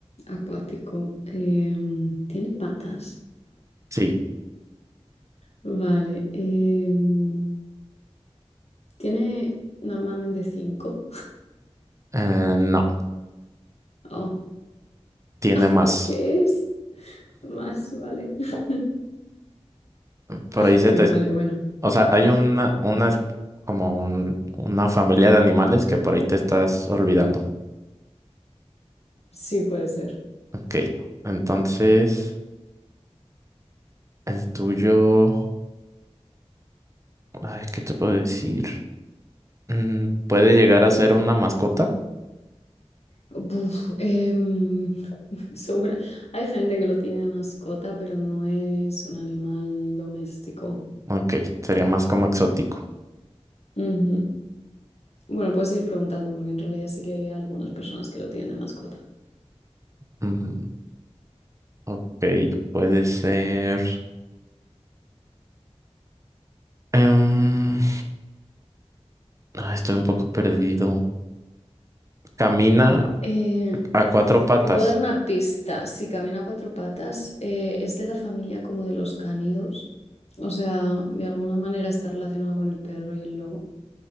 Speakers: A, on the left; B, on the right.
A: acuático. em, tiene patas.
B: sí.
A: Vale. em, tiene normalmente cinco.
B: Eh, no,
A: Oh.
B: tiene
A: <laughs>
B: más.
A: Au, ¿qué es? Más, vale. <laughs>
B: Por
A: Ah,
B: ahí
A: ok,
B: se te...
A: vale, bueno.
B: O sea, hay una, una es- como un- una familia de animales que por ahí te estás olvidando.
A: Sí, puede ser.
B: Ok, entonces el tuyo... Ay, ¿qué te puedo decir? Mm, ¿puede llegar a ser una mascota?
A: Buf, em, <laughs> segura. Hay gente que lo tiene de mascota, pero no es un animal doméstico.
B: Ok, sería más como exótico.
A: Ujú. Bueno, puedes seguir preguntando porque en realidad sí que hay algunas personas que lo tienen de mascota.
B: Mm, ok, puede ser... em, ah, estoy un poco perdido. Camina
A: Eh,
B: a cuatro patas.
A: te puedo dar una pista. Si camina a cuatro patas, eh, es de la familia como de los canidos, O sea, de alguna manera está relacionado con el perro y el lobo.